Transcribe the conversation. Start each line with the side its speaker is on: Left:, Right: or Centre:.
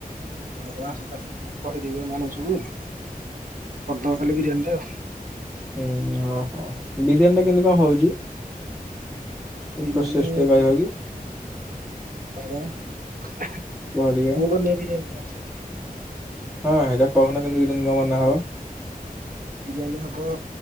Right: ହଉ ଆସ ତାହେଲେ ମୁଁ କହିଦେବି ଏମାନଙ୍କୁ ସବୁ କରିଦେବା କାଲି ବିରିୟାନୀଟେ ଆଉ।
Centre: ହୁଁ ଓହୋ ବିରିୟାନୀ ଟା କେମତି କଣ ହଉଚି? ଟିକେ
Right: ବିରିୟାନୀ
Centre: ପ୍ରୋସେସ୍ ଟେ କହିବ କି?
Right: କହିଲ ମୁଁ
Centre: କୁହ ଟିକେ
Right: କଣ <unintelligible>
Centre: ହଁ ହେଇଟା କହୁନ କେମିତି ବିରିୟାନି ଟା ବନା ହବ?
Right: ବିରିୟାନୀ ହବ